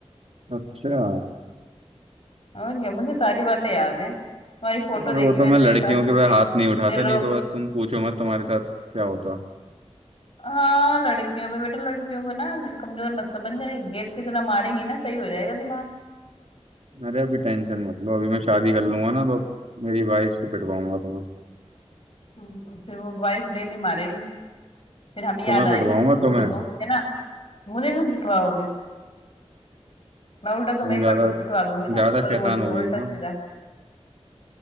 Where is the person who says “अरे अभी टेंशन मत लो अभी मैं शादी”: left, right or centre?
Right